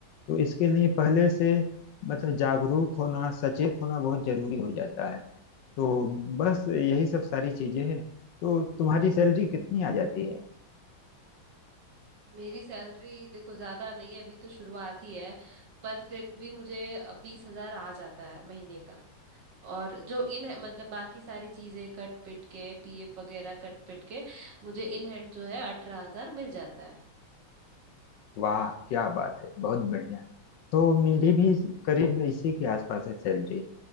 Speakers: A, on the left (about 70°); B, on the right (about 60°).
A: तो इसके लिए पहले से मतलब जागरूक होना सचेत होना बहुत जरूरी हो जाता है तो बस यही सब सारी चीजें हैं तो तुम्हारी सैलरी कितनी आ जाती है
B: मेरी सैलरी देखो ज्यादा नहीं है अभी तो शुरुआत ही है पर फिर भी मुझे बीस हजार आ जाता है महीने का और जो इन मतलब बाकी सारी चीजें कट पिट के पीएफ वगैरह कट पिट के मुझे इन हैंड जो है अठारह हजार मिल जाता है
A: वाह क्या बात है बहुत बढ़िया तो मेरी भी करीब इसी के आसपास है सैलरी